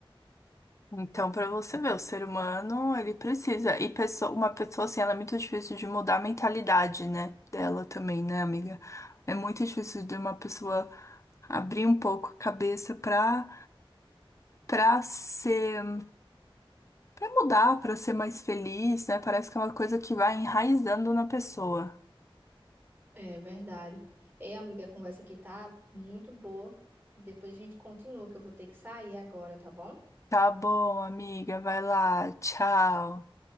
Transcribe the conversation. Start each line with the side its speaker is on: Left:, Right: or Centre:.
Left: Então, para você ver, o ser humano, ele precisa. E pessoa, uma pessoa assim, ela é muito difícil de mudar a mentalidade, né? Dela também, né, amiga? É muito difícil de uma pessoa abrir um pouco a cabeça pra, pra ser, pra mudar, pra ser mais feliz, né? Parece que é uma coisa que vai enraizando na pessoa.
Right: É verdade. Ei, amiga, a conversa aqui tá muito boa. Depois a gente continua, que eu vou ter que sair agora, tá bom?
Left: Tá bom, amiga, vai lá. Tchau.